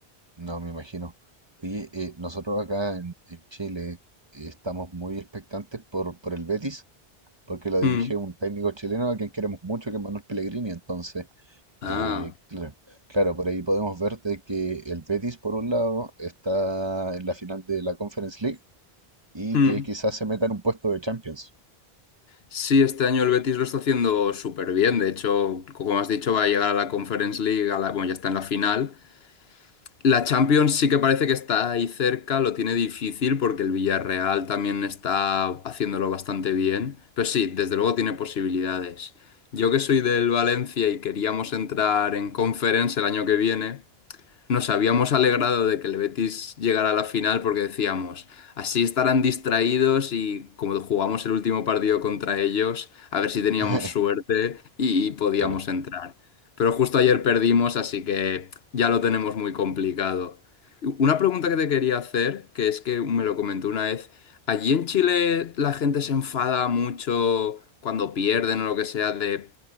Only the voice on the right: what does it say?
no me imagino. Oye, eh, nosotros acá en, en Chile eh, estamos muy expectantes por, por el Betis, porque lo dirige
un técnico chileno a quien queremos mucho, que es Manuel Pellegrini. Entonces...
Eh, cla- claro, por ahí podemos ver de que el Betis, por un lado, está en la final de la Conference League y
que quizás se meta en un puesto de Champions.
<laughs>
Claro.